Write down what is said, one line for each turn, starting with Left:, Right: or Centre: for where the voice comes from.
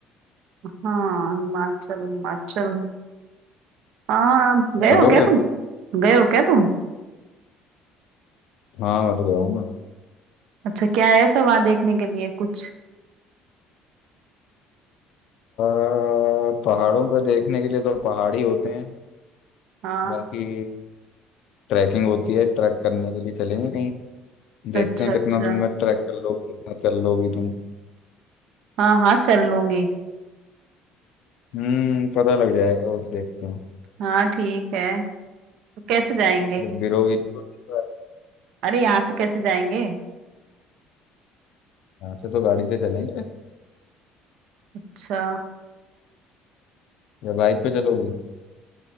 Right: हाँ हिमाचल हिमाचल हाँ गए
Left: चलोगे
Right: हो क्या तुम गए हो क्या तुम
Left: हाँ मैं तो गया हूँ ना
Right: अच्छा क्या है ऐसा वहां देखने के लिए कुछ
Left: आ, पहाड़ों पर देखने के लिए तो पहाड़ ही होते हैं
Right: हाँ
Left: बाकी ट्रैकिंग होती है ट्रैक करने के लिए चलेंगे कहीं
Right: अच्छा
Left: देखते हैं
Right: अच्छा
Left: कितना तुम में ट्रैक कर लोगी कितना चल लोगी तुम
Right: हाँ हाँ चल लूंगी
Left: हम्म पता लग जाएगा वो तो देखते हैं
Right: हाँ ठीक है तो कैसे जाएंगे
Left: जब गिरोगी ना तो तो
Right: अरे यहाँ से कैसे जाएंगे
Left: यहाँ से तो गाड़ी से चलेंगे
Right: अच्छा
Left: या बाइक पे चलोगी